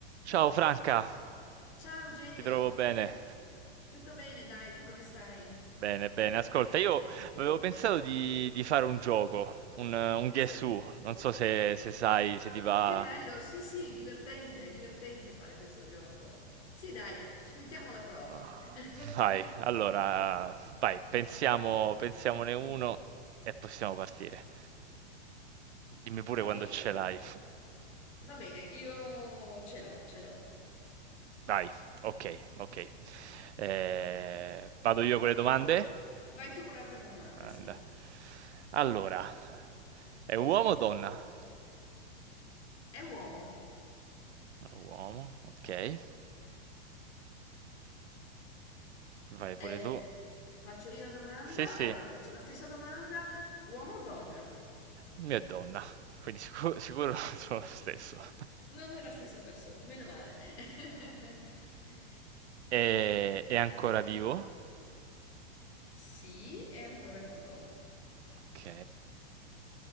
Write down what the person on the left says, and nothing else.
Ciao Eugenio,
Come- tutto bene? Dai, tu come stai?
Sì.
Ah,
che bello, sì, sì, divertente, è divertente fare questo gioco. Sì, dai, ci mettiamo alla prova.
<laughs>
Va
bene,
va bene, io ce l'ho, ce l'ho.
Vai tu con la prima domanda,
sì.
È uomo.
Eh,
faccio io la domanda,
allora
faccio la stessa domanda, uomo o donna?
Non è la stessa persona, meno male. <laughs>
Sì, è ancora vivo.